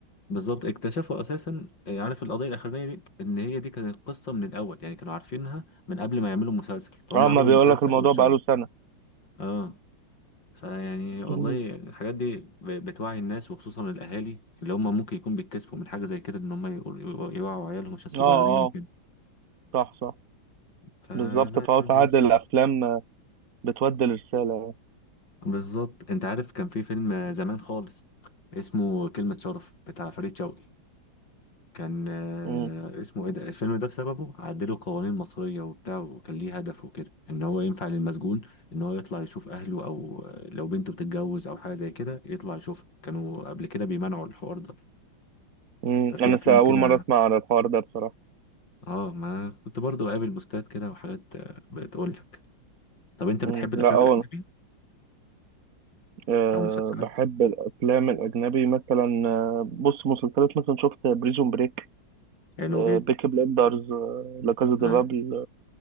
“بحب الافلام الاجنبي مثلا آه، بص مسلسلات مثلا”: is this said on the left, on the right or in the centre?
Right